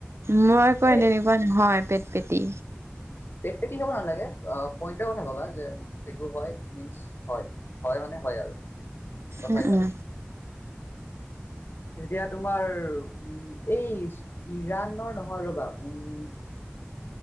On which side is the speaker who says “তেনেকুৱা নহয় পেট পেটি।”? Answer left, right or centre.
Right